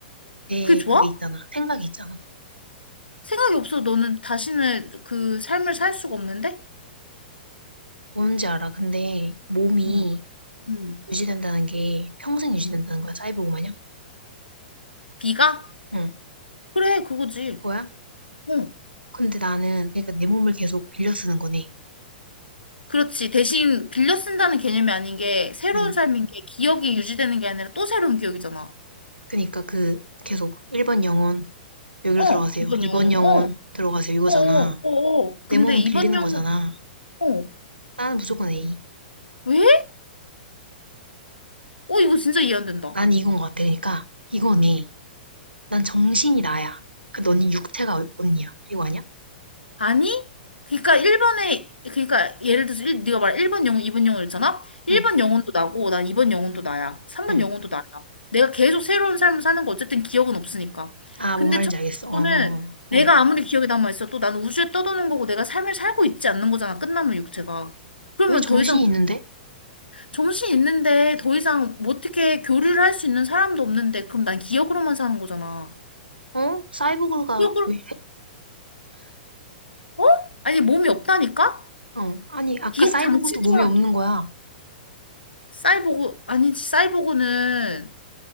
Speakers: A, on the right; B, on the left.
A: 내
B: 그게 좋아?
A: 그게 있잖아. 생각이 있잖아.
B: 생각이 없어. 너는 다시는 그 삶을 살 수가 없는데?
A: 뭔지 알아. 근데 몸이
B: 응 응
A: 유지된다는 게 평생 유지된다는
B: 응
A: 거야, 사이보그 마냥?
B: B가?
A: 응,
B: 그래, 그거지.
A: 그거야?
B: 어.
A: 근데 나는, 그러니까 내 몸을 계속 빌려 쓰는 거네.
B: 그렇지. 대신 빌려 쓴다는 개념이 아닌 게 새로운
A: 응.
B: 삶인 게 기억이 유지되는 게 아니라 또 새로운 기억이잖아.
A: 그러니까 그, 계속 1번 영혼, 여기로
B: 어,
A: 들어가세요.
B: 이번
A: 2번
B: 영혼.
A: 영혼,
B: 어,
A: 들어가세요. 이거잖아.
B: 어, 어, 어. 어. 근데
A: 내 몸은
B: 이번
A: 빌리는
B: 영혼,
A: 거잖아.
B: 어,
A: 나는 무조건 A.
B: 왜? 어, 이거 진짜 이해 안 된다.
A: 난 이건 것 같아. 그러니까, 이거네. 난 정신이 나야. 그 너는 육태가 언니야. 이거 아니야?
B: 아니? 그러니까 1번에, 그러니까 예를 들어서 일, 네가 말한 1번 영혼, 2번 영혼 있잖아? 1번
A: 응,
B: 영혼도 나고, 난 2번 영혼도 나야. 3번
A: 응.
B: 영혼도 나야. 내가 계속 새로운 삶을 사는 거 어쨌든 기억은 없으니까.
A: 아,
B: 근데
A: 뭔 말인지
B: 첫 번째
A: 알겠어. 어,
B: 거는
A: 어, 어.
B: 내가
A: 어.
B: 아무리 기억이 남아있어도 나는 우주에 떠도는 거고 내가 삶을 살고 있지 않는 거잖아. 끝나면 육체가. 그러면
A: 왜 정신이
B: 더 이상
A: 있는데?
B: 정신 있는데 더 이상 뭐 어떻게 교류를 할 수 있는 사람도 없는데 그럼 난 기억으로만 사는 거잖아.
A: 어? 사이보그가
B: 기억으로
A: 왜 이래?
B: 어? 아니 몸이 없다니까?
A: 어, 아니, 아까
B: 기억
A: 사이보그도
B: 장치처럼
A: 몸이 없는 거야.
B: 사이보고 아니지 사이보고는